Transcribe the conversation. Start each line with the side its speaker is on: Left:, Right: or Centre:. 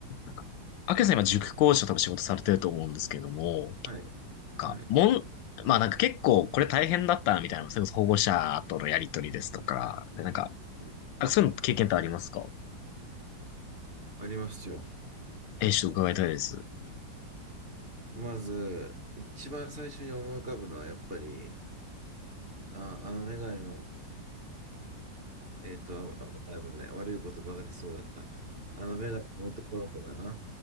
Left: なんか、アキラさん今塾講師と多分仕事されてると思うんですけども、
Right: はい。
Left: なんか、
Right: はい。
Left: もん、まあなんか結構これ大変だったなみたいな、それこそ保護者とのやりとりですとか、でなんか、
Right: はい
Left: あそういうの経験ってありますか
Right: ありますよ。
Left: えー、ちょっと伺いたいです。
Right: まず、一番最初に思い浮かぶのは、やっぱり、あ、あのメガネの、えっと、あ危ない危ない。悪い言葉が出そうだった。あのメガネの男の子だな。